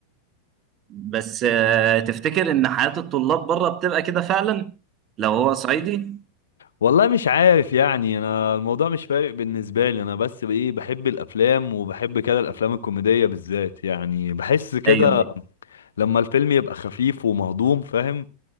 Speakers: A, on the right; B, on the left.
A: بس آه، تفتكر إن حياة الطلاب بره بتبقى كده فعلا لو هو صعيدي؟
B: والله مش عارف يعني انا الموضوع مش فارق بالنسبه لي انا بس بايه بحب الافلام وبحب كده الافلام الكوميديه بالذات يعني بحس كده
A: أيوة أيوة
B: لما الفيلم يبقى خفيف ومهضوم فاهم